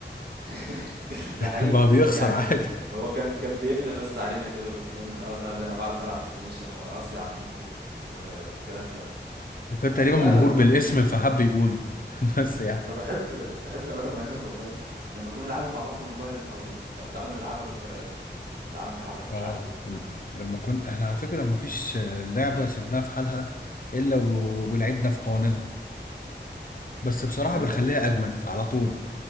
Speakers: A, on the right; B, on the left.
A: <laughs>
B: <laughs>
A: ده حقيقي
B: بقى بيخسر
A: يعني
B: عادي
A: هو كان كان بيملى بس علينا كده وبيفهمنا ان اه لا ده انا بعرف العب استيميشن واصيع منكم و- والكلام ده
B: وكان تقريبا
A: احنا بقى
B: مبهور
A: لما كنا
B: بالاسم فحب يقوله <laughs> بس يعني
A: انا بحب بحب قوي يا مهند والله لما كنا نلعبها مع بعض ونغير القوانين طب تعالوا نلعبها بالطريقه دي تعالوا نحرف
B: اه
A: مش عارف ايه
B: ال- لما كنت احنا على فكرة ما فيش لعبة سيبناها في حالها الا و- ولعبنا في قوانينها بس بصراحة
A: انا
B: بنخليها
A: فاكر
B: اجمد على طول